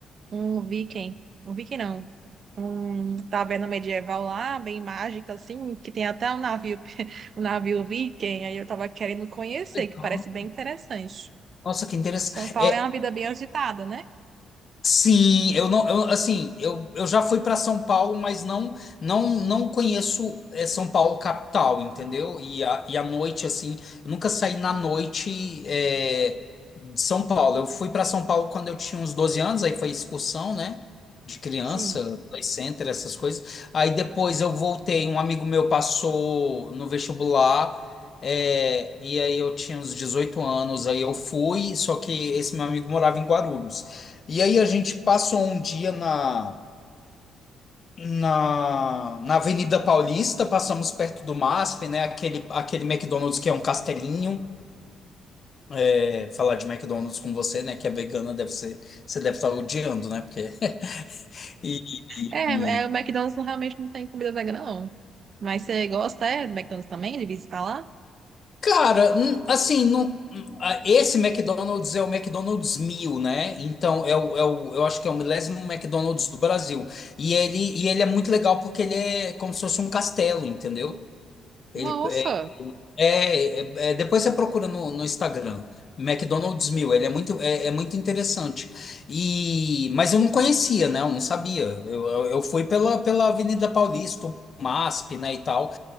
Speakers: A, on the right; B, on the left.
A: um viking, um viking não, um taverna medieval lá, bem mágica assim, que tem até um navio, <laughs> um navio viking, aí eu tava querendo conhecer,
B: Legal.
A: que parece bem interessante.
B: Nossa, que interessante.
A: São Paulo é uma vida bem agitada, né?
B: Sim, eu não, eu, assim, eu, eu já fui para São Paulo, mas não não não conheço eh, São Paulo capital, entendeu? E a, e a noite, assim, eu nunca saí na noite eh, de São Paulo. Eu fui para São Paulo quando eu tinha uns 12 anos, aí foi excursão, né? De criança,
A: Sim.
B: play center, essas coisas. Aí depois eu voltei, um amigo meu passou no vestibular. É, e aí eu tinha uns 18 anos, aí eu fui, só que esse meu amigo morava em Guarulhos. E aí a gente passou um dia na, na, na Avenida Paulista, passamos perto do MASP, né? Aquele, aquele McDonald's que é um castelinho. É, falar de McDonald's com você, né? Que é vegana, deve ser, você deve estar odiando, né? Porque. <laughs> E,
A: É,
B: e- e-
A: é, o McDonald's não- realmente não tem comida vegana, não. Mas você gosta, é, do McDonald's também, de visitar lá?
B: cara, hum, assim, não, hum, ah, esse McDonald's é o McDonald's mil, né? Então, é o, é o, eu acho que é o milésimo McDonald's do Brasil. E ele, e ele é muito legal porque ele é como se fosse um castelo, entendeu? Ele,
A: Nossa!
B: É, é- é, depois você procura no, no Instagram, McDonald's Mil, ele é muito, é, é muito interessante. E, mas eu não conhecia, né? Eu não sabia. Eu, eu, eu fui pela, pela Avenida Paulista, o MASP, né, e tal.